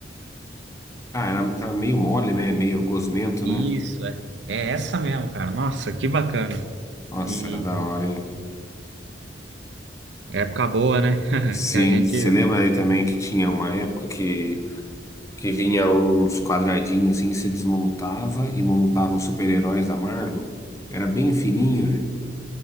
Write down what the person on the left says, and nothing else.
ah, era aquela meio mole, né? Meio gosmento,
né?
Nossa,
era da hora, hein?
Sim,
você lembra aí também que tinha uma época que que vinha uns quadradinhos assim, você desmontava e montava os super-heróis da Marvel? Era bem fininho, velho.